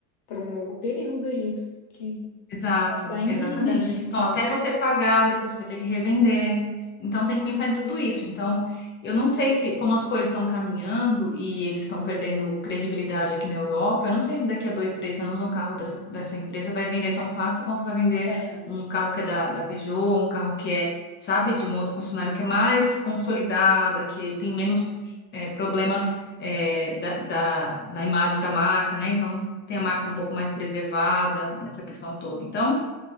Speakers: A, on the left; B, on the left.
A: para um longo período aí que, que
B: Exato,
A: dá em
B: exatamente.
A: vida, né? Então,
B: Então, até você pagar, depois você vai ter que revender. Então, tem que pensar em tudo isso. Então, eu não sei se, como as coisas estão caminhando e eles estão perdendo credibilidade aqui na Europa, eu não sei se daqui a dois, três anos um carro dessa, dessa empresa vai vender tão fácil quanto vai vender
A: é,
B: um carro que é da, da Peugeot, um carro que é, sabe, de um outro concessionário que é mais consolidada, que tem menos eh, problemas eh, da, da, na imagem da marca, né? Então, tem a marca um pouco mais preservada, essa questão toda. Então,